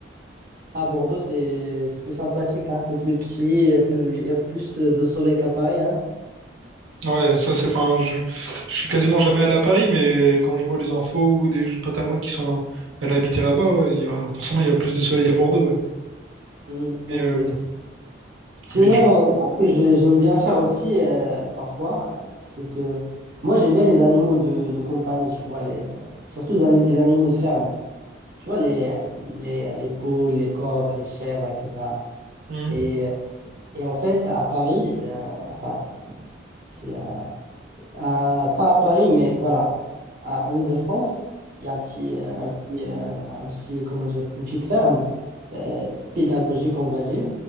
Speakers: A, on the right; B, on the right.
A: À Bordeaux c'est c'est plus sympathique hein. C'est plus petit il y a, tou- il y a plus euh, de soleil qu'à Paris hein.
B: Ouais, ça c'est, enfin, je, je suis quasiment jamais allé à Paris, mais quand je vois les infos ou des potes à moi qui sont allés habiter là-bas, ouais, il y a, forcément il y a plus de soleil à Bordeaux, ouais.
A: Hmm,
B: Et,
A: ok.
B: euh,
A: Sinon
B: et du-
A: euh, moi, ce que je- j'aime bien faire aussi euh, parfois euh, c'est que moi j'aime bien les animaux de, de compagnie tu vois les... surtout les ani- les animaux de ferme tu vois, les, les, les poules, les coqs, les chèvres, etc.
B: Mhm,
A: Et, et en fait, à Paris, euh, enfin, c'est euh, à- pas à Paris, mais voilà, à- en Île-de-France, il y a un petit, euh, un petit, euh, un petit, comment dire, une petite ferme euh, pédagogique, on va dire,